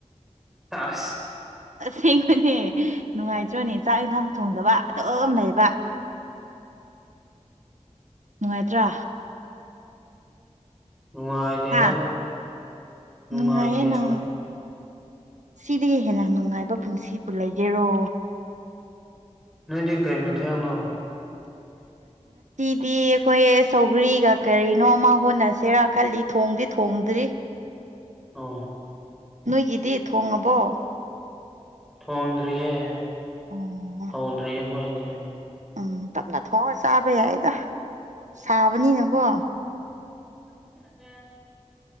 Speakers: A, in the centre; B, on the right.
A: ꯑꯁ
B: ꯑꯁꯦꯡꯕꯅꯦ ꯅꯨꯡꯉꯥꯏꯇ꯭ꯔꯣꯅꯦ ꯆꯥꯛ ꯑꯦꯟꯁꯥꯡ ꯊꯣꯡꯗꯕ ꯑꯗꯨꯝ ꯂꯩꯕ
A: <inaudible>
B: ꯅꯨꯡꯉꯥꯏꯇ꯭ꯔꯥ
A: ꯅꯨꯡꯉꯥꯏꯇꯦꯗ
B: ꯍꯥ
A: ꯅꯨꯡꯉꯥꯏꯇꯦꯕ
B: ꯅꯨꯡꯉꯥꯏꯌꯦꯅꯥ ꯁꯤꯗꯒꯤ ꯍꯦꯟꯅ ꯅꯨꯡꯉꯥꯏꯕ ꯄꯨꯟꯁꯤꯕꯨ ꯂꯩꯒꯦꯔꯣ
A: ꯅꯣꯏꯗꯤ ꯀꯩ ꯃꯊꯦꯜꯅꯣ
B: ꯗꯤ ꯑꯈꯣꯏ ꯁꯧꯒ꯭ꯔꯤꯒ ꯀꯔꯤꯅꯣꯃ ꯍꯣꯠꯅꯁꯦꯔ ꯈꯜꯂꯤ ꯊꯣꯡꯗꯤ ꯊꯣꯡꯗ꯭ꯔꯤ
A: ꯑꯣ
B: ꯅꯣꯏꯒꯤꯗꯤ ꯊꯣꯡꯉꯕꯣ
A: ꯊꯣꯡꯗ꯭ꯔꯤꯌꯦ
B: ꯑꯣ
A: ꯍꯧꯗ꯭ꯔꯤꯌꯦ ꯑꯈꯣꯏꯗꯤ
B: ꯎꯝ ꯇꯞꯅ ꯊꯣꯡꯉꯒ ꯆꯥꯕ ꯌꯥꯏꯗ ꯁꯥꯕꯅꯤꯅꯀꯣ
A: <unintelligible>